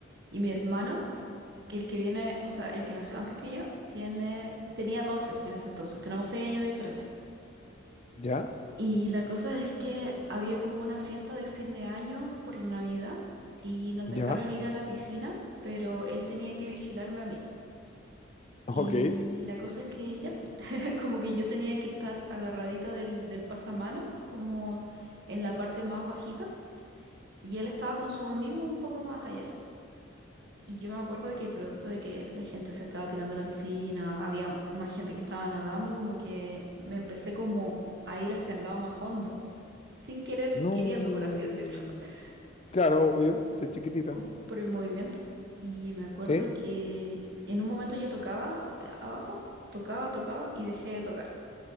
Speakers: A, on the right; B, on the left.
A: Y mi hermano, que el que viene, o sea, el que nació antes que yo, tiene, tenía 12 en ese entonces. Tenemos 6 años de diferencia.
B: Ya,
A: Y la cosa es que había como una fiesta de fin de año por la Navidad y nos
B: ya,
A: dejaron ir a la piscina, pero él tenía que vigilarme a mí.
B: ok.
A: Y la cosa es que ya, <laughs> como que yo tenía que estar agarradita del, del pasamanos, como en la parte más bajita, y él estaba con sus amigos un poco más allá. Y yo me acuerdo que producto de que la gente se estaba tirando a la piscina, había más gente que estaba nadando, como que me empecé como a ir hacia el lado más hondo, sin querer,
B: No.
A: queriendo, por así decirlo, <laughs>
B: Claro, obvio, soy chiquitita.
A: como por el movimiento. Y me acuerdo
B: ¿Sí?
A: que en un momento yo tocaba eh, abajo, tocaba, tocaba y dejé de tocar.